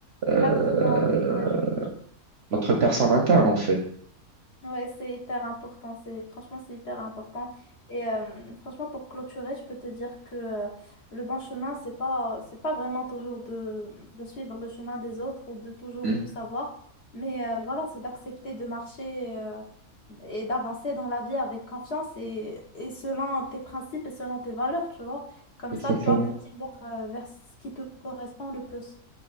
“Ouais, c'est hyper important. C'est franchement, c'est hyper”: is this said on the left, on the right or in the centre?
Left